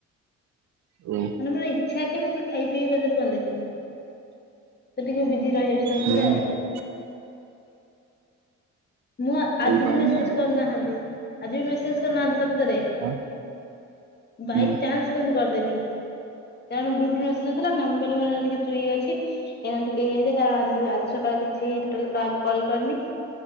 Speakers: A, on the right; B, on the left.
A: ଓ।
B: ମାନ ମୋର ଇଛା କି ମୁଁ ଖାଇ ପିଇ ବଜେଟ କରିନେବି। ସେ ଟିକେ ବିଜି ରହିଯାଉଛି ତା ଭିତରେ
A: ହୁଁ
B: ଆଉ ମୁଁ
A: ହେଇପାରୁନି
B: ଆଜି ବି ମେସେଜ
A: ଆଉ
B: କରିନାହାନ୍ତି ଆଜି ବି ମେସେଜ କରିନାହାନ୍ତିତ ତରେ
A: ଆଁ
B: ବାଇ
A: ହୁଁ
B: ଚାନ୍ସ କେମିତି କରିଦେଲି। ଜଣେ ଗୁପ ରେ ମେସେଜ ଦେଇଥିଲା ମୁଁ କଇଲି ମୁଁ ଏଇନା ଟିକେ ଫ୍ରି ଅଛି। ଏଇନା ଟିକେ ଇ ହେଇଚି କାରଣ ଆଜି ସକାଳେ କିଛିଟ କାର୍ କଲ୍ କରିନି